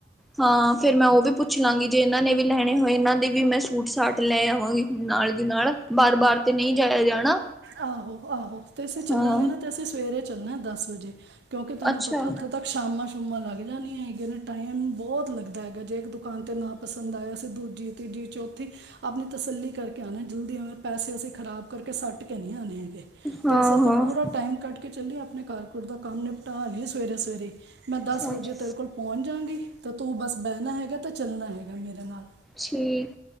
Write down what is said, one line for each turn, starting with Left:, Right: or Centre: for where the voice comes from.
Centre: ਹਾਂ ਫੇਰ ਮੈਂ ਓਵੀ ਪੁੱਛ ਲਾਂਗੀ ਜੇ ਏਨਾਂ ਨੇ ਵੀ ਲੈਣੇ ਹੋਏ ਏਨਾਂ ਦੀ ਵੀ ਮੈਂ ਸੂਟ ਸਾਟ ਲੈ ਆਵਾਂਗੀ‌ ਨਾਲ ਦੀ ਨਾਲ ਬਾਰ-ਬਾਰ ਤੇ ਨਈ ਜਾਯਾ ਜਾਣਾ।
Right: ਆਹੋ ਆਹੋ ਤੇ ਅਸੀਂ ਚੱਲਾਂਗੇ
Centre: ਹਾਂ
Right: ਨਾ ਤੇ ਅਸੀਂ ਸਵੇਰੇ ਚੱਲਣਾ ਦਸ ਵਜੇ ਕਿਉਂਕਿ ਤਾਨੂੰ
Centre: ਅੱਛਾ
Right: ਪਤਾ ਓਥੇ ਤੱਕ ਛਾਮਾ ਛੂਮਾ ਲੱਗ ਜਾਨੀਆ ਹੈਗੀਆਂ ਨੇ ਟਾਈਮ ਬੋਤ ਲੱਗਦਾ ਹੈਗਾ ਜੇ ਏਕ ਦੁਕਾਨ ਤੇ ਨਾ ਪਸੰਦ ਆਯਾ ਸੀਂ ਦੂਜੀ-ਤੀਜੀ-ਚੌਥੀ ਆਪਣੀ ਤਸੱਲੀ ਕਰਕੇ ਆਣਾ ਜਲਦੀ ਐਵੇਂ ਪੈਸੇ ਅਸੀਂ ਖ਼ਰਾਬ ਕਰਕੇ ਸੱਟ ਕੇ ਨੀ ਆਣੇ ਹੈਗੇ
Centre: ਹਾਂ
Right: ਤੇ ਏਸ ਆਸਤੇ
Centre: ਹਾਂ
Right: ਪੂਰਾ ਟਾਈਮ ਕੱਡ ਕੇ ਚੱਲੀਏ ਆਪਣੇ ਘਰ ਘੁਰ ਦਾ ਕੰਮ ਨਿਪਟਾ ਲੀ ਸਵੇਰੇ-ਸਵੇਰੇ ਮੈਂ ਦਸ ਵਜੇ
Centre: ਅੱਛਾ
Right: ਤੇਰੇ ਕੋਲ ਪੋਜ ਜਾਗੀ ਤਾਂ ਤੂੰ ਬਸ ਬੈਨਾ ਹੈਗਾ ਤੇ ਚੱਲਣਾ ਹੈਗਾ ਮੇਰੇ ਨਾਲ
Centre: ਠੀਕ,